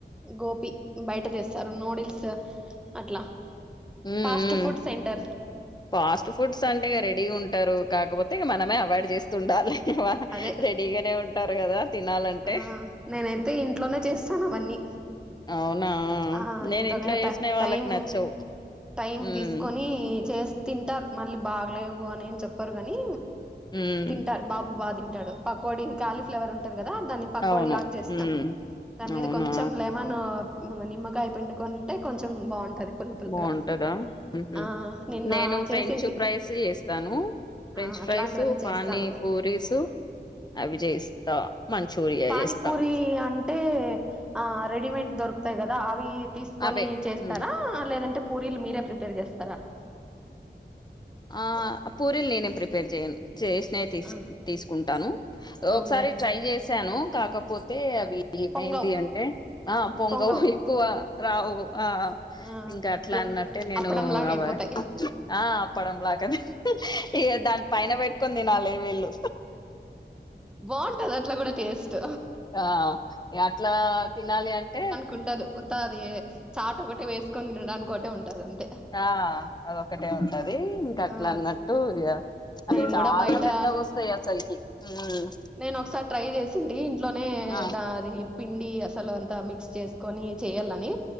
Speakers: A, in the centre; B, on the left (about 20°).
A: గోపి బయట తెస్తారు నూడిల్స్ అట్లా
B: హ్మ్
A: ఫాస్ట్
B: హ్మ్
A: ఫుడ్ సెంటర్
B: ఫాస్ట్ ఫుడ్స్ అంటే రెడీగా ఉంటారు కాకపోతే ఇక మనమే అవాయిడ్ చేస్తూ ఉండాలి
A: అదే
B: రెడీగానే ఉంటారు కదా తినాలంటే
A: ఆ నేనైతే ఇంట్లోనే చేస్తాను అవన్నీ
B: అవునా
A: ఆ
B: నేను
A: ఇంటనే
B: ఇంట్లో చేసినవి వాళ్ళకి
A: టైము
B: నచ్చవు
A: టైం
B: హ్మ్
A: తీసుకొని చేస్త తింటారు మళ్ళీ బాగలేవు అని చెప్పారు కానీ
B: హ్మ్
A: తింటారు బాబు బాగా తింటడు పకోడి కాలీ ఫ్లేవర్ ఉంటంది కదా దాని పకోడి
B: అవును.
A: లాగా చేస్తాం
B: హ్మ్.
A: దాని
B: అవునా!
A: మీద కొంచెం మనం నిమ్మకాయ పిండుకుంటే కొంచెం బాగుంటది పుల్ల పుల్లగా
B: బావుంటదా? హుహు.
A: ఆ నిన్న
B: నేను ఫ్రెంచ్
A: చేసింటి
B: ఫ్రైస్ జేస్తాను. ఫ్రెంచ్
A: ఆ
B: ఫ్రైసు,
A: అట్లాంటివన్నీ చేస్తాను
B: పానీ పూరీసు అవి జేస్తా. మంచూరియా
A: పానిపూరి
B: జేస్తా.
A: అన్ అంటే ఆ రెడిమేడ్ దొరకుతాయి కదా అవి తీసుకొని
B: అవే.
A: చేస్తారా
B: హ్మ్.
A: లేదంటే పూరీలు మీరే ప్రిపేర్ చేస్తారా
B: ఆ ఆ పూరీలు నేనే ప్రిపేర్ చెయ్యను చేసినవి తీ
A: ఆ
B: తీసుకుంటాను
A: అవునులే
B: ఒకసారి ట్రై చేశాను కాకపోతే అవి ఏమైంది
A: పొంగవ్
B: అంటే ఆ పొంగవు
A: పొంగవ్
B: ఎక్కువ రావు ఆ
A: ఆ
B: ఇంకా అట్లా
A: ఇట్లా
B: అన్నట్టే నేను
A: అప్పడం లాగా
B: అవ
A: అయిపోతాయి
B: ఆ అప్ప డం లాగా తీన్ ఇగ దాని పైన పెట్టుకొని తినాలి వీళ్ళు
A: బాగుంటది అట్లా కూడా టే స్ట్
B: ఆ అట్లా తినాలి అంటే
A: కుండదు ఉత్తా అది చాట్ ఒకటే వేసుకొని తినడానికి ఒకటే ఉంటది అంతే
B: ఆ అదొక్కటే ఉంటది ఇంక
A: ఆ
B: అట్లా అన్నట్టు ఇగ అవి
A: నేను
B: చాలా
A: కూడా బయట
B: పెద్దగా వస్తాయి అసలుకి ఉమ్
A: నేను ఒకసారి ట్రై చేసింటి ఇంట్లోనే
B: ఆ
A: ద అది పిండి అసలు అంతా మిక్స్ చేసుకొని చేయాలని